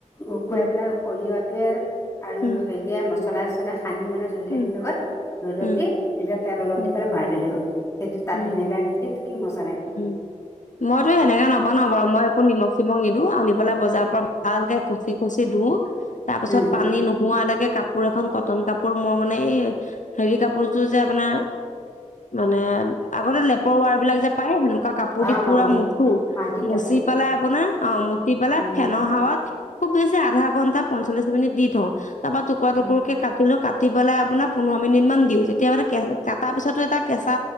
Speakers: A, on the left; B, on the left.
A: শুকুৱাই
B: উম
A: পেলাই সৰিয়হটোৱে আৰু
B: উম
A: হেৰিয়ে মছলা-চছলা সানি মানে জলকীয়াখিনিৰ
B: উম
A: লগত ৰ'দত
B: উম
A: দি ভিলে তেল অলপ
B: উম
A: দি পেলাই ভৰাই থৈলে হ'ল। সেইটো তাত
B: উম
A: ভিনেগাৰ দিলে কি মছ
B: উম, মইতো সেনেকে নবনাওঁ বাৰু, মই একো নিমখ-চিমখ নিদো। আনি পেলাই বজাৰৰ পৰা ভালকে খচি-খচি ধোও। তাৰ পাছত
A: উম
B: পানী নোহোৱালৈকে কাপ কাপোৰ এখন কটন কাপোৰ মোৰ মানে এই হেৰি কাপোৰযোৰ যে আপোনাৰ মানে আগতে লেপৰ ৱাৰ বিলাক যে পায় সেনেকুৱা কাপোৰ
A: অ
B: দি পুৰা
A: অ
B: মুচো।
A: মাৰ্কিন
B: মুচি
A: কাপোৰ
B: পেলাই আপোনাৰ অ' মুচি পেলাই
A: উম
B: ফেনৰ হাৱাত খুব বেছি আধা ঘণ্টা, পঞ্চল্লিছ মিনিট দি থওঁ। তা পৰা টুকুৰা-টুকুৰকে
A: উম
B: কাটিলো। কাটি কাটি পেলাই আপোনাৰ পোন্ধৰ মিনিট মান দিও। তেতিয়া মানে কে কাটাৰ পিছত এ কেচা